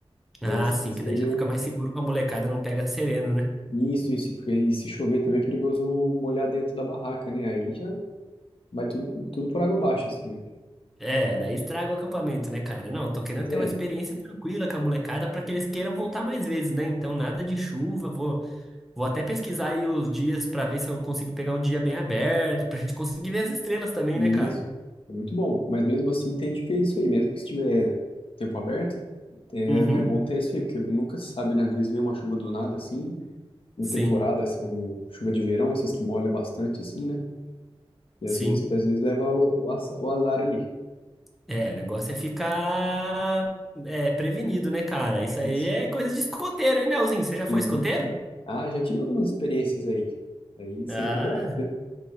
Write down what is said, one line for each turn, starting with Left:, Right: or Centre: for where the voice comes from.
Centre: ah,
Left: Né? Esse
Centre: sim,
Left: seria
Centre: que daí já fica
Left: um
Centre: mais seguro que a molecada não pega sereno, né?
Left: Isso, isso, porque aí se chover também é perigoso molhar dentro da barraca, né? Aí já vai tudo, tudo por água abaixo, assim, né?
Centre: É, daí estraga o acampamento, né, cara? Não, tô querendo
Left: Pois
Centre: ter
Left: é,
Centre: uma experiência tranquila com a molecada pra que eles queiram voltar mais vezes, né? Então, nada de chuva, vou, vou até pesquisar aí os dias pra ver se eu consigo pegar um dia bem aberto, pra gente conseguir ver as estrelas também,
Left: e
Centre: né, cara?
Left: isso é muito bom. Mas mesmo assim tente ver isso aí, mesmo que estiver tempo aberto, é,
Centre: Uhum,
Left: é bom ter isso aí, porque nunca se sabe, né? Às vezes vem uma chuva do nada, assim, uma
Centre: sim,
Left: temporada, assim, um, chuva de verão, essas que molham bastante, assim, né? E
Centre: sim.
Left: às vezes, às vezes leva o, o aza- o azar ali.
Centre: É, o negócio é ficar é, prevenido, né, cara? Isso
Left: Isso.
Centre: aí é coisa de escoteiro, hein, Leozinho? Você já foi
Left: Sim.
Centre: escoteiro?
Left: Ah, já tive algumas experiências aí. Aí é sempre
Centre: Ah,
Left: bom.